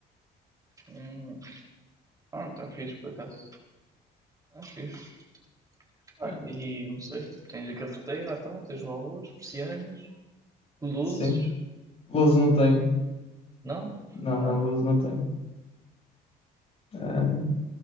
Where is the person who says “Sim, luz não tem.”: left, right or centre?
Left